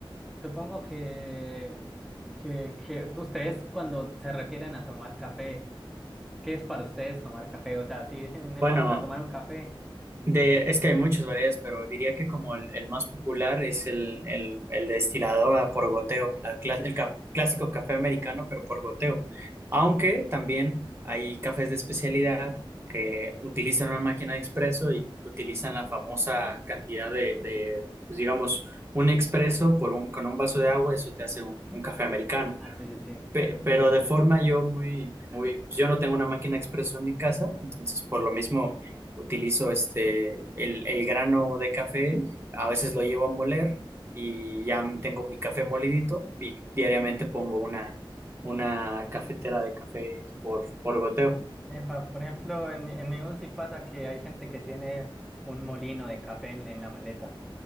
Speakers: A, in the centre; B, on the right.
A: Supongo que, que, que ustedes cuando se refieren a tomar café, ¿qué es para ustedes tomar café? O sea, si dicen, "Eh,
B: Bueno,
A: vamos a tomar un café.
B: De, es que hay muchas variedades, pero diría que como el, el más popular es el, el, el destilador a por goteo, la clas- el ca- clásico café americano, pero por goteo. Aunque también hay cafés de especialidad que utilizan una máquina de expreso y utilizan la famosa cantidad de, de, pues digamos, un expreso por un, con un vaso de agua, eso te hace un, un café americano.
A: Ah, sí, sí, sí.
B: Pe-
A: La
B: pero
A: de la
B: de
A: cafetería.
B: forma yo muy, muy, pues yo no tengo una máquina expreso en mi casa, entonces por lo mismo utilizo este, el, el grano de café, a veces lo llevo a moler y ya tengo mi café molidito y diariamente pongo una, una cafetera de café por, por goteo.
A: Epa, por ejemplo, en, mi- en mi bus sí pasa que hay gente que tiene un molino de café en, en la maleta.